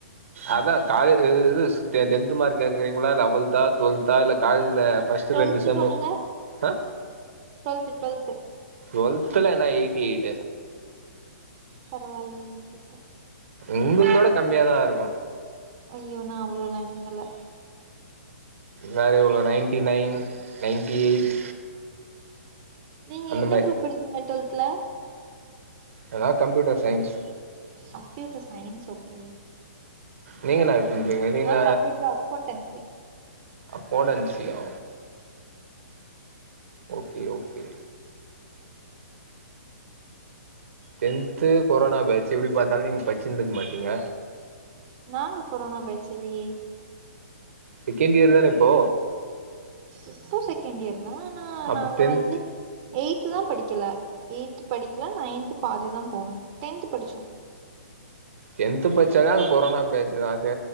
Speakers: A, on the right; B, on the right.
A: அதான் காலே இது இது ட டென்த் மார்க் கேட்கறீங்களா லெவல்தா டுவெல்த்தா இல்ல காலேஜில் ஃபஸ்ட்
B: டுவெல்த்து
A: ரெண்டு செம்மு
B: சொல்லுங்க
A: ஆ
B: டுவெல்த்து டுவெல்த்து
A: டுவெல்த்துல நா எயிட்டி எயிட்
B: பரவால்லயே சூப்பர்
A: உங்களுடத கூட கம்மியாதா இருக்கும்
B: ஐயோ நா அவ்ளோ எல்லாம் எடுத்ததில்ல
A: வேற எவ்வளோ நைன்டி நைன் நைன்டி எயிட்
B: நீங்க
A: அந்த
B: என்ன
A: மாரி
B: குரூப் எடுத்தீங்க டுவெல்த்ல
A: அதான் computer science
B: computer science okay
A: நீங்க என்ன எடுத்துருந்தீங்க நீங்க
B: நா கம்ப்பயூட்டர் அக்கௌண்டன்சி
A: அக்கோடன்சியா ஓகே ஓகே டென்த்து கொரோனா பேச்சு எப்டி பாத்தாலும் நீங்க படிச்சிருக்க மாட்டீங்க
B: நாங்க கொரோனா பேச்சுல்லையே
A: செகண்ட் இயர் தான இப்போ
B: இப்போ செகண்ட் இயர் தான் ஆனா
A: அப்ப
B: நாங்க
A: டென்த்
B: வந்து எய்த் தா படிக்கல எய்த் படிக்கல நைன்த் பாதி தா போனோம் டென்த் படிச்சோம்
A: டென்த் படிச்சாலே அது கொரோனா பேச் அது